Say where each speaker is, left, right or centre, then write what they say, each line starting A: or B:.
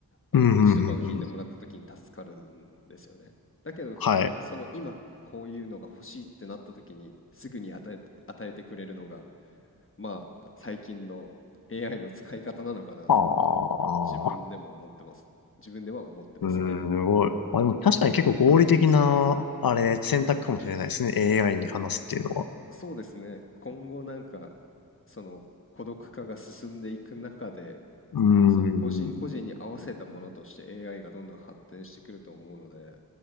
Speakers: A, on the left; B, on the left.
A: あの、
B: うん、うん、
A: 愚痴とかを聞いてもらった時に助かるんですよね。
B: うん、うん。
A: だけど、
B: はい。
A: その今こういうのが欲しいってなった時にすぐに与え与えてくれるのが、まあ、最近の AI の使い方なのかなとは、
B: ああ、
A: 自分でも思ってます。自分では思ってますね。
B: うーん、すごい。まあでも確かに結構合理的な、あれ、選択かもしれないですね。AI に話すっていうのは。
A: そうですね。今後なんか、その孤独化が進んでいく中で、
B: うーん。
A: その個人個人に合わせたものとして AI がどんどん発展してくると思うので、